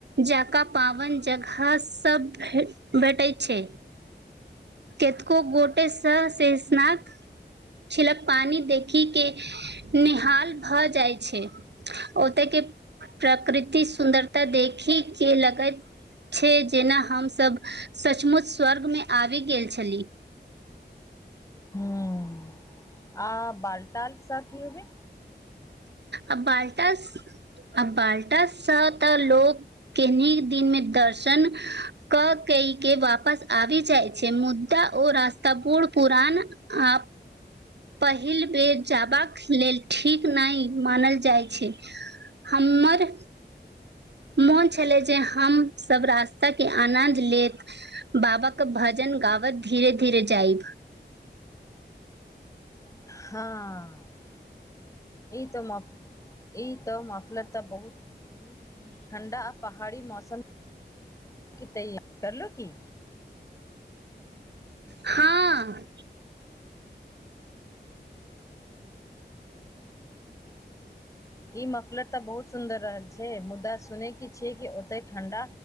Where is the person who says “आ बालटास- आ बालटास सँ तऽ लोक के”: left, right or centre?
Right